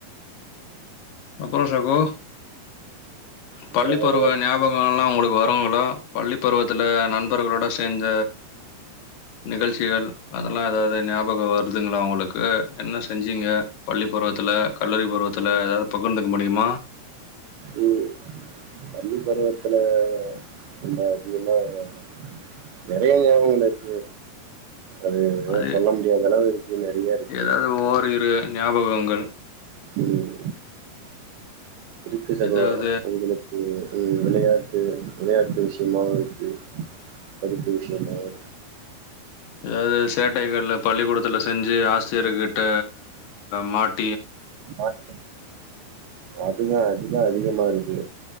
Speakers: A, on the left; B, on the right.
A: அப்பறோ சகோ
B: அப்பறோ
A: பள்ளி
B: சகோ
A: பருவ ஞாபகோ எல்லா உங்களுக் வருங்களா பள்ளி பருவத்துல நண்பர்களோட செஞ்ச நிகழ்ச்சிகள் அதெல்லா ஏதாவது ஞாபகோ வருதுங்ளா அவுங்களுக் இல்ல என்ன செஞ்சீங்க பள்ளி பருவத்துல கல்லூரி பருவத்துல ஏதாவது பகுர்ந்துக்க முடியுமா
B: ம் பள்ளி பருவத்துல கொஞ்சோ அதிகமா வெளையாண்டோ நெறைய ஞாபகங்கள் இருக்கு அது தா
A: அது
B: சொல்ல முடியாத அளவு இருக்கு நெறையருக்
A: ஏதாவது ஓரிரு ஞாபகங்கள்
B: ம் இருக்கு சகோ
A: ஏதாவது
B: உங்களுக்கு ம் விளையாட்டு விளையாட்டு விஷயமாவுருக்கு படிப்பு விஷயத்துல
A: எதாவது சேட்டைகள்ல பள்ளிக்கூடத்துல செஞ்சி ஆசிரியர் கிட்ட மாட்
B: அத் அதுதா அதுதா அதிகமாருக்கு